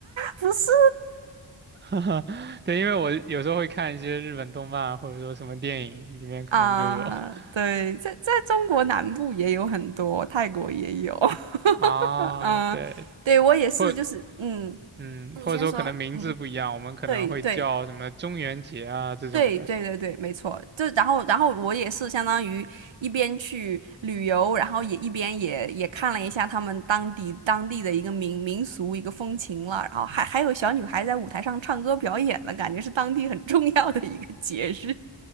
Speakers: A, on the right (about 70°); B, on the right (about 25°).
A: 不是
B: <laughs> 哈哈，对，因为我有时候会看一些日本动漫，或者说什么电影里面可能就有
A: 啊，
B: <laughs>
A: <laughs> 对，在在中国南部也有很多，泰国也有，
B: 啊，
A: <laughs> 嗯、
B: 对，
A: 对我也是，
B: 或
A: 就是嗯，
B: 嗯，
A: 你先说，
B: 或者说可能名字不一样，
A: 嗯，
B: 我们可能会叫什么中元节啊这种的。
A: 对对对对对对，没错，就然后然后我也是相当于一边去旅游，然后也一边也也看了一下他们当地当地的一个民民俗一个风情了，然后还还有小女孩在舞台上唱歌表演了，感觉是当地很重要的一个节日，